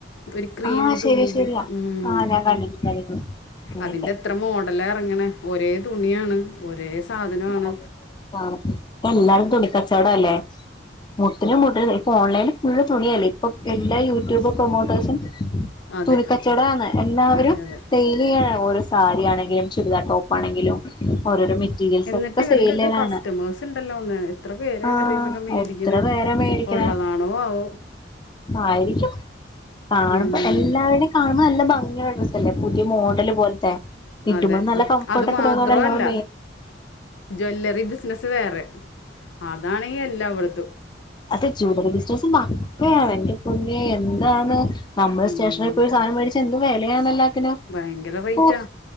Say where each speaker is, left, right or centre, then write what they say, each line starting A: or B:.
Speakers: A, on the left; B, on the left.
A: ഒരു ക്രീം
B: ആഹ്
A: തുണിയിൽ
B: ശരി ശരിയാ
A: ഉം
B: ആഹ് ഞാൻ കണ്ടിട്ടുണ്ട് കണ്ടിട്ടുണ്ട് അങ്ങനെയൊക്കെ
A: അതിന്റെ എത്ര മോഡലാ പ്പ അങ്ങനെ ഒരേ തുണിയാണ് ഒരേ സാദനും ആണ്
B: അതെ ആണ് ഇപ്പ എല്ലാരും തുണി കച്ചോടാലെ മുട്ടിൽ മുട്ടിൽ <unintelligible> ഇപ്പം ഓൺലൈൻ ഫുൾ തുണി അല്ലേ ഇപ്പം എല്ലാ യൂട്യൂബ് പ്രൊമോട്ടേഴ്‌സും
A: അതെ
B: തുണി കച്ചോടം ആന്ന് എല്ലാവരും
A: അതെ അതെ
B: സൈൽ ചെയ്യാനാണ് പോ സാരി ആണെങ്കിലും ചുരിദാർ ടോപ് ആണെങ്കിലും ഓരോരാ മെ റ്റീരിയൽസ്
A: എന്നിട്ട്
B: ഒക്കെ
A: ഇവർക്കൊക്കെ
B: സൈയിൽ ചെയ്യ്ണേ കാണാ
A: കസ്റ്റമേഴ്സ് ഉണ്ടല്ലോ ഒന്ന് എത്ര പേരാ
B: ആ
A: ഇവരുടെ നിന്നൊക്കെ മേടിക്കണേ
B: എത്രപേര മേടിക്ക്ണേ
A: ഉള്ളതാണോ ആവോ
B: ആയിരിക്കും കാണുമ്പം
A: ഉം,
B: എല്ലാവരുടെം കാണുമ്പോ നല്ല ഭംഗി ഉള്ള ഡ്രസ്സ്‌ പിന്നെ പുതിയ മോഡൽ പോൽത്തെ ഇടുമ്പോ
A: അതെ
B: നല്ല കംഫെർട്
A: അത്
B: ഒക്കെ
A: മാത്രമല്ല
B: തോന്നാണേൽ നമ്മ
A: ജ്വല്ലറി ബിസിനസ്‌ വേറെ അതാണെക്കി എല്ലാവെട്ത്തും
B: അതെ ജ്വാല്ലറി ബിസിനസ്സ് <unintelligible> യാണ് എന്റെ പൊന്നേ എന്താണ് നമ്മൾ
A: ഉം.
B: സ്റ്റേഷനറി പോയി സാദനം മേടിച്ചാ എന്ത് വെലയാന്ന് എല്ലാത്തിനും
A: ഭയങ്കര റേറ്റാ
B: ഓ